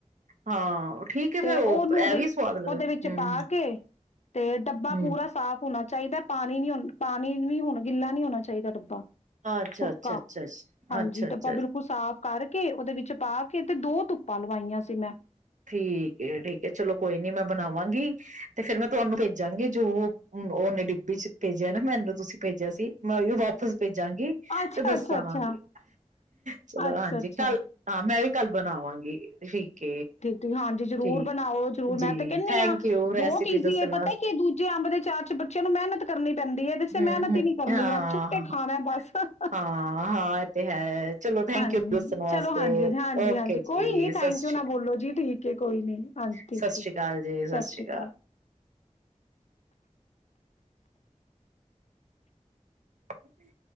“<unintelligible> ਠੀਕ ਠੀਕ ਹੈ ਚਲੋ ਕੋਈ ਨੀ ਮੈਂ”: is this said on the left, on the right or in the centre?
Right